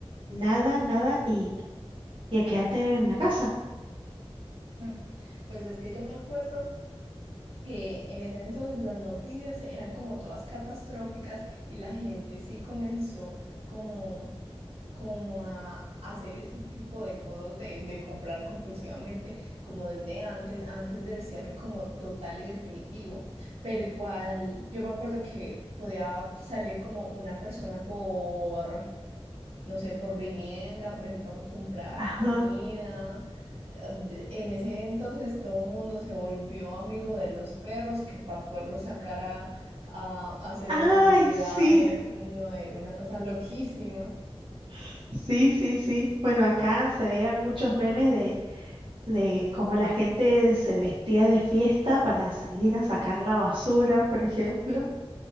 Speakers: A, on the right; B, on the right.
A: Nada, nada y, y a quedarte en la casa.
B: Mm, Pues es que yo me acuerdo que en ese entonces las noticias eran como todas catastróficas y la gente sí comenzó como como a hacer ese tipo de cosas de, de comprar compulsivamente como desde antes, antes del cierre como total y definitivo. Pero igual, yo me acuerdo que podía salir como una persona por, no sé, por vivienda, por ejemplo, a comprar
A: Ajá.
B: comida. Eh, de- En ese entonces todo el mundo se volvió amigo de los perros que para poderlos sacar a, a hacer
A: Ay,
B: las necesidades,
A: sí,
B: no, era una cosa loquísima.
A: <laughs> sí, sí, sí. Bueno, acá se veían muchos memes de cómo la gente se vestía de fiesta para salir a sacar la basura, por ejemplo.